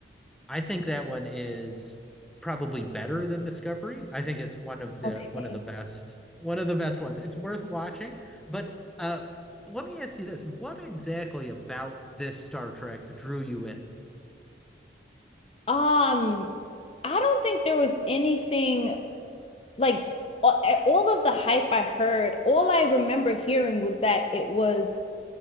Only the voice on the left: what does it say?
Okay.
Um, I don't think there was anything like all, all of the hype I heard, all I remember hearing was that it was